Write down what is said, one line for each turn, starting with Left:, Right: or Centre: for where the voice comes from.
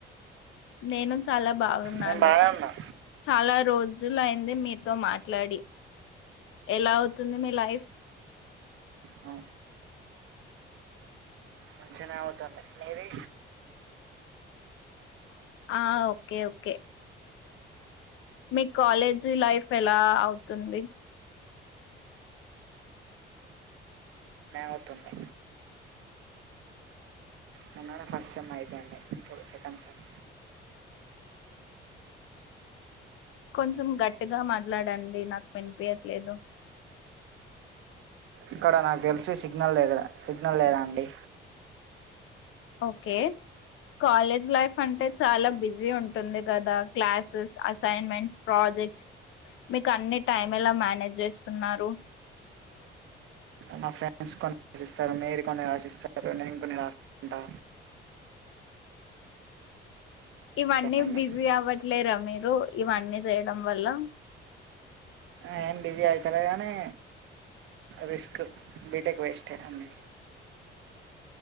Left: నేను చాలా బా బాగున్నాను
Right: నేను బాగానే ఉన్నా
Left: చాలా రోజ్ జులైంది మీతో మాట్లాడి ఎలా అవుతుంది మీ లైఫ్
Right: అ మంచిగనే అవుతుంది మీది
Left: ఆ ఒకే ఒకే మీ కాలేజ్ లైఫ్ ఎలా అవుతుంది.
Right: <inaudible> అవుతుంది మొన్ననే ఫస్ట్ సెమ్ అయిపోయింది ఇప్పుడు సెకండ్ సెమ్
Left: కొంచం గట్టిగా మాట్లాడండి నాకు వినిపీయట్లేదు.
Right: ఇక్కడ నాకు తెల్సి సిగ్నల్ లేదు సిగ్నల్ లేదండి
Left: ఓకే కాలేజ్ లైఫ్ అంటే చాలా బిజీ ఉంటుంది కదా క్లాసెస్, అసైన్మెంట్స్, ప్రాజెక్ట్స్ మీకు అన్ని టైం ఎలా మేనేజ్ చేస్తున్నారు.
Right: మా ఫ్రెండ్స్ కొన్ని రాసిస్తారు. మీరు కొన్ని రాసిస్తారు సిస్తారు నేన్ కొన్ని డా
Left: ఇవన్నీ
Right: అన్ని
Left: బిజీ అవ్వట్లేరా మీరు ఇవన్నీ చేయడం వల్ల
Right: ఏం బిజీ అయితలే కనీ రిస్క్ బీటెక్ వేస్ట్ ఏ అండి